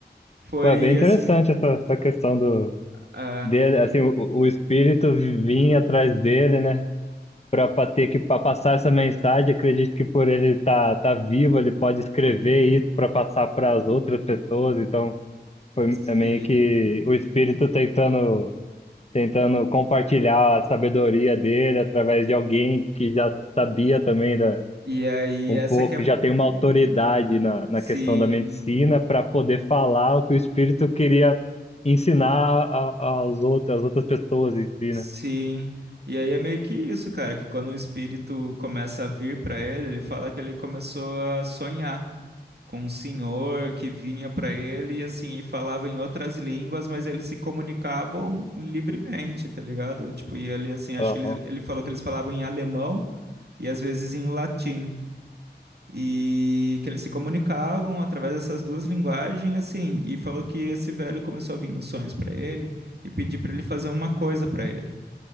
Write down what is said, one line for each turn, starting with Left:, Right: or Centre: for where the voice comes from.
Right: foi
Left: Pô, é bem interessante
Right: assim,
Left: essa, essa questão do.
Right: ah,
Left: dele, assim, o, o espírito vinha atrás dele, né? Para ter que pra passar essa mensagem, acredito que por ele estar tá, tá vivo, ele pode escrever isso para passar para as outras pessoas. Então, foi
Right: sim.
Left: é meio que o espírito tentando tentando compartilhar a sabedoria dele através de alguém que já sabia também da,
Right: E aí
Left: um
Right: essa
Left: pouco,
Right: que é,
Left: já tem uma autoridade na, na
Right: sim.
Left: questão da medicina para poder falar o que o espírito queria ensinar a- a- aos outros, às outras pessoas em si,
Right: Sim.
Left: né?
Right: E aí é meio que isso, cara, que quando o espírito começa a vir pra ele, ele fala que ele começou a sonhar com um senhor que vinha pra ele e assim, e falava em outras línguas, mas eles se comunicavam livremente, tá ligado? Tipo, e ele assim, acho
Left: Aham,
Right: que ele, ele falou que eles falavam em alemão e às vezes em latim. E que eles se comunicavam através dessas duas linguagens, assim, e falou que esse velho começou a vir nos sonhos pra ele e pedir pra ele fazer uma coisa pra ele,